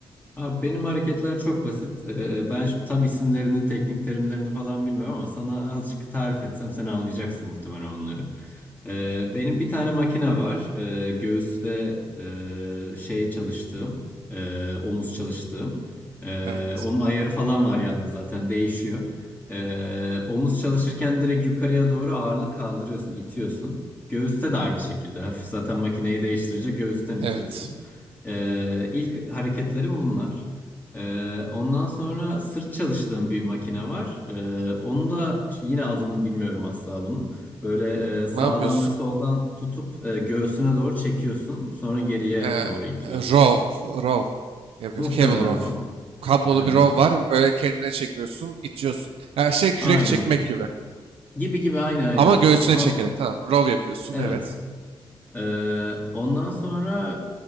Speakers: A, on the left (about 20°); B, on the right (about 80°).
A: Abi benim hareketler çok basit. Ee, ben şimdi tam isimlerini, teknik terimlerini falan bilmiyorum ama sana azıcık tarif etsem sen anlayacaksın muhtemelen onları. Ee, benim bir tane makine var. Ee, göğüs ve e, şey çalıştığım, e, omuz çalıştığım. Ee,
B: Evet,
A: onun ayarı falan var yanında zaten değişiyor. Ee, omuz çalışırken direkt yukarıya doğru ağırlığı kaldırıyorsun, itiyorsun. Göğüste de aynı şekilde. Hafif zaten makineyi değiştirince göğüsten itiyorsun.
B: evet.
A: Ee, ilk hareketlerim bunlar. Ee, ondan sonra sırt çalıştığım bir makine var. Ee, onu da yine adını bilmiyorum asla bunun. Böyle e, sağdan
B: Ne yapıyorsun?
A: ve soldan tutup e, göğsüne doğru çekiyorsun. Sonra geriye
B: Ee,
A: doğru itiyorsun.
B: rov, RAW yapıyoruz.
A: Muhtemelen
B: Cable RAW.
A: o.
B: Kablolu
A: Ee,
B: bir rov var. Öyle kendine çekiyorsun, itiyorsun. Yani şey kürek
A: aynen.
B: çekmek gibi.
A: Gibi gibi aynı aynen.
B: Ama göğsüne
A: Tamam. an-
B: çekerek
A: o-
B: tamam. Rov yapıyorsun
A: evet.
B: evet.
A: Ee, ondan sonra